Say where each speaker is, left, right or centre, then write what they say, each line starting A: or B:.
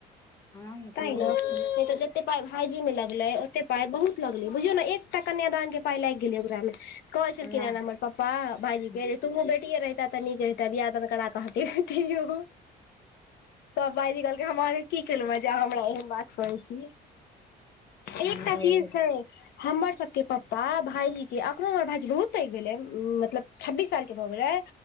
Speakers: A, on the left (about 20°); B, on the left (about 70°).
A: हँ ई छैहे
B: तै नै
A: की
B: <unintelligible> जे ओतै पाइ भाइजी मे लगले ओतै पाइ बहुत लगले बुझियौ नै एकटा कन्यादान के पाइ लाएग गेलै ओकरा मे। कहै छलखिन्ह
A: अल्लाह
B: यै नै हमर पप्पा भाइजी
A: हूँ
B: के जे तूहू बेटीए रैह तै त निक रहतै, बियाह दान करा क हटैथीयौ तब भाइजी कहलकै हम अहाँके कि केलौ यै जे अहां हमरा ऐहेन बात कहै छी?
A: हँ
B: एकटा
A: नहि
B: चीज
A: अइ
B: छै हम्मर सबके पप्पा भाईजी कि अखनो हमर भाईजी बहुत पैग भेलै उम्म मतलब छब्बीस साल के भऽ गेलै